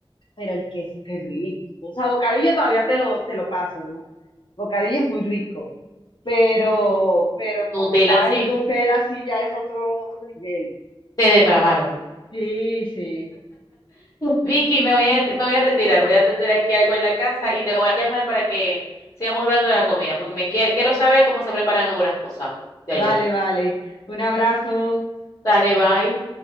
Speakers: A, on the left (about 60°); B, on the left (about 40°).
A: pero el queso, qué rico. O sea, bocadillo todavía te lo, te lo paso, ¿no? Bocadillo es muy rico, pero, pero
B: Nutella,
A: como tal,
B: sí.
A: Nutella sí ya es otro, otro nivel.
B: Te depravaron.
A: Sí, sí.
B: Vicky, me voy a, me voy a retirar, voy a atender aquí algo en la casa y te voy a llamar para que sigamos hablando de la comida, porque me quie- quiero saber cómo se preparan algunas cosas de
A: Vale,
B: allá.
A: vale. Un abrazo.
B: Dale, bye.